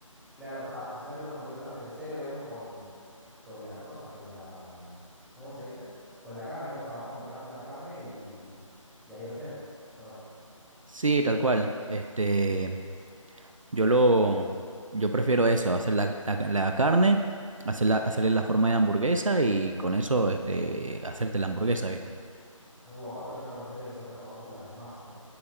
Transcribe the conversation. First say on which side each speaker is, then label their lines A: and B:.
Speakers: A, in the centre; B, on the right (about 70°).
A: Claro, o sea, hacer las hamburguesas desde cero, digamos, con, con la cosa, con la... mm, ¿Cómo se dice? Con la carne, ¿no? O sea, vas, compras la carne y, y ahí recién, ¿o no?
B: Sí, tal cual. Este, Yo lo, yo prefiero eso, hacer la, la, la carne, hacerla, hacerle
A: Ajá.
B: la forma de hamburguesa y con eso, este, hacerte la hamburguesa, ¿viste?
A: Uh, aparte allá en Buenos Aires son re famosos las Smash, ¿no?